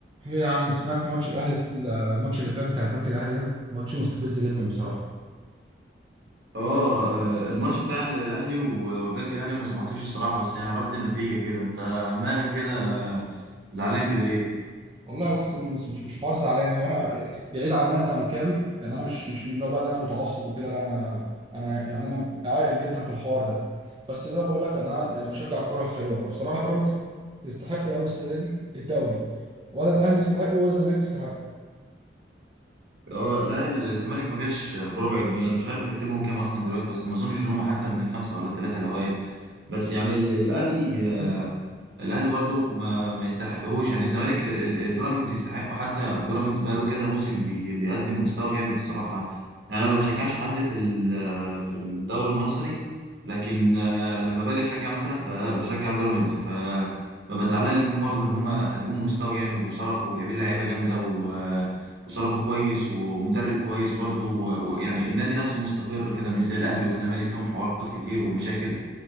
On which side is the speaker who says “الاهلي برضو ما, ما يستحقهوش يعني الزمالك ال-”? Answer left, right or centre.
Right